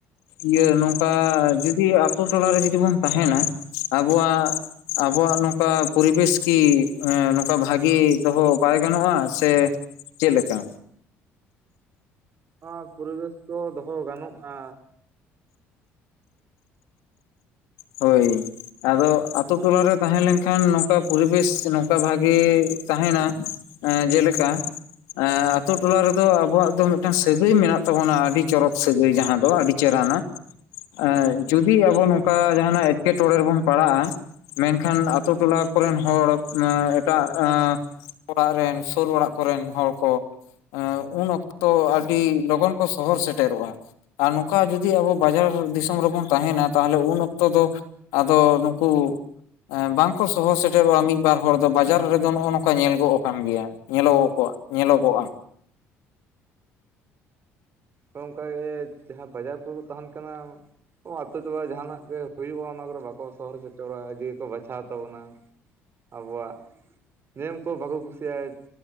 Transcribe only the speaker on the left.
ᱤᱭᱟᱹ ᱱᱚᱝᱠᱟ ᱡᱩᱫᱤ ᱟᱛᱳ ᱴᱚᱞᱟᱨᱮ ᱡᱩᱫᱤ ᱵᱚᱱ ᱛᱟᱦᱮᱱᱟ, ᱟᱵᱚᱣᱟᱜ ᱟᱵᱚᱣᱟᱜ ᱱᱚᱝᱠᱟ ᱯᱚᱨᱤᱵᱮᱥ ᱠᱤ ᱮᱸ ᱱᱚᱝᱠᱟ ᱵᱷᱟᱜᱮ ᱫᱚᱦᱚ ᱵᱟᱭ ᱜᱟᱱᱚᱜᱼᱟ ᱥᱮ ᱪᱮᱫ ᱞᱮᱠᱟ?
ᱦᱳᱭ᱾ ᱟᱫᱚ ᱟᱹᱛᱩ ᱴᱚᱞᱟᱨᱮ ᱛᱟᱦᱮᱸ ᱞᱮᱱᱠᱷᱟᱱ ᱱᱚᱝᱠᱟ ᱯᱚᱨᱤᱵᱮᱥ ᱱᱚᱝᱠᱟ ᱵᱷᱟᱜᱮ ᱛᱟᱦᱮᱱᱟ᱾ ᱮᱸ ᱡᱮᱞᱮᱠᱟ ᱮᱸ ᱟᱛᱳ ᱴᱚᱞᱟ ᱨᱮᱫᱚ ᱟᱵᱚᱣᱟᱜ ᱫᱚ ᱢᱤᱫᱴᱟᱝ ᱥᱟᱹᱜᱟᱹᱭ ᱢᱮᱱᱟᱜ ᱛᱟᱵᱚᱱᱟ ᱟᱹᱰᱤ ᱪᱚᱨᱚᱠ ᱥᱟᱹᱜᱟᱹᱭ ᱡᱟᱦᱟᱸ ᱫᱚ ᱟᱹᱰᱤ ᱪᱮᱨᱦᱟᱱᱟ, ᱮᱸ ᱡᱩᱫᱤ ᱟᱵᱚ ᱱᱚᱝᱠᱟ ᱦᱟᱱᱟᱜ ᱮᱴᱠᱮᱴᱚᱬᱮ ᱨᱮᱵᱚᱱ ᱯᱟᱲᱟᱜᱼᱟ ᱢᱮᱱᱠᱷᱟᱱ ᱟᱛᱳ ᱴᱚᱞᱟ ᱠᱚᱨᱮᱱ ᱦᱚᱲ ᱮᱸ ᱮᱴᱟᱜ ᱮᱸ ᱚᱲᱟᱜ ᱨᱮᱱ ᱥᱩᱨ ᱚᱲᱟᱜ ᱠᱚᱨᱮᱱ ᱦᱚᱲ ᱠᱚ ᱮᱸ ᱩᱱ ᱚᱠᱛᱚ ᱟᱹᱰᱤ ᱞᱚᱜᱚᱱ ᱠᱚ ᱥᱚᱦᱚᱨ ᱥᱮᱴᱮᱨᱚᱜᱼᱟ᱾ ᱟᱨ ᱱᱚᱝᱠᱟ ᱡᱩᱫᱤ ᱟᱵᱚ ᱵᱟᱡᱟᱨ ᱫᱤᱥᱚᱢ ᱨᱮᱵᱚᱱ ᱛᱟᱦᱮᱱᱟ ᱛᱟᱦᱚᱞᱮ ᱩᱱ ᱚ ᱛᱚ ᱫᱚ ᱟᱫᱚ ᱱᱩᱠᱩ ᱮᱸ ᱵᱟᱝᱠᱚ ᱥᱚᱦᱚᱨ ᱥᱮᱴᱮᱨᱚᱜᱼᱟ ᱢᱤᱫ ᱵᱟᱨ ᱦᱚᱲ ᱫᱚ ᱵᱟᱡᱟᱨ ᱨᱮᱫᱚ ᱱᱚᱜᱼᱚ ᱱᱚᱝᱠᱟ ᱧᱮᱞ ᱜᱚᱜ ᱟᱠᱟᱱ ᱜᱮᱭᱟ᱾ ᱧᱮᱞᱚᱜ ᱠᱚᱜ-ᱟ ᱧᱮᱞᱚᱜᱚᱜᱼᱟ᱾